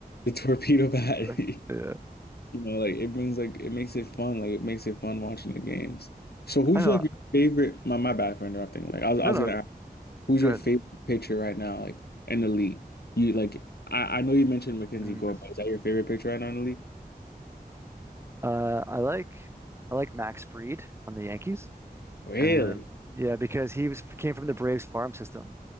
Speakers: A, on the left (about 75°); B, on the right (about 15°).
A: the torpedo bat.
B: <laughs>
A: <laughs>
B: Yeah.
A: You know, like it brings like it makes it fun. Like it makes it fun watching the games. So who's
B: I know.
A: like your favorite? My my bad for interrupting. Like I was I
B: No,
A: was
B: no.
A: gonna ask, who's
B: Good.
A: your favorite pitcher right now? Like in the league, you like I I know you mentioned Mackenzie
B: Mm.
A: Gore, but is that your favorite pitcher right now in the league?
B: Uh, I like I like Max Fried on the Yankees.
A: Really?
B: Um, yeah, because he was came from the Braves farm system.